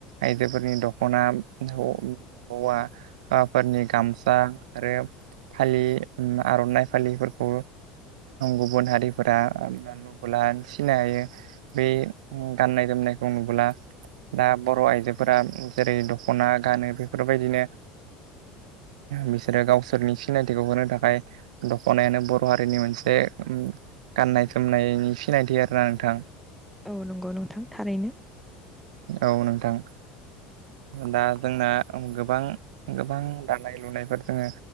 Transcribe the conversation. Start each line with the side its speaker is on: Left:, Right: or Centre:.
Right: आइजोफोरनि दख'ना <unintelligible> हौवाफोरनि गामसा आरो फालि आर'नाइ फालिफोरखौ गुबुन हारिफोरा नुुब्ला सिनाय हायो बै गाननाय जोमनायखौ नुबोला। दा बर' आइजोफोरा जेरै दख'ना गानो बेफोरबायदिनो
Centre: <inaudible>
Right: बिसोरो गावसोरनि सिनायथिखौ होनो थाखाय दख'नायानो बर' हारिनि मोनसे गाननाय जोमनायनि सिनायथि आरोना नोंथां।
Centre: औ नंगौ नोंथां थारैनो
Right: औ नोंथां। दा जोंना गोबां गोबां दानाय लुनायफोर जोङो